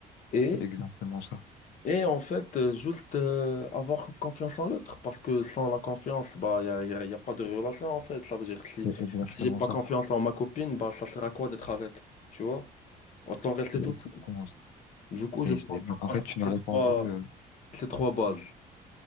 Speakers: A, on the left; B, on the left.
A: Et,
B: C'est exactement ça.
A: et en fait, euh, juste euh, avoir confiance en l'autre, parce que sans la confiance, bah, il n'y a, y a- y a pas de relation en fait. Ça veut dire que si,
B: C'est exactement
A: si j'ai pas
B: ça.
A: confiance en ma copine, bah, ça sert à quoi d'être avec? Tu vois? Autant rester
B: C'est
A: tout.
B: exactement
A: seul.
B: ça.
A: Du coup,
B: Mais,
A: je pense
B: c'est-
A: que
B: mais
A: ça
B: en
A: passe
B: fait, tu
A: par
B: m'as
A: ces
B: répondu,
A: trois,
B: euh,
A: ces trois bases.